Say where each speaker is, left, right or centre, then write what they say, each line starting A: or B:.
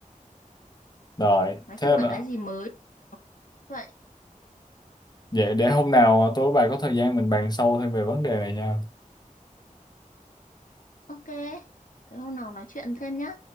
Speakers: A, on the left; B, on the left.
A: rồi
B: nói
A: thế
B: chung là
A: đó
B: cái gì mới vậy
A: vậy để hôm nào tôi với bà có thời gian mình bàn sâu thêm về vấn đề này nha
B: ok thế hôm nào nói chuyện thêm nhá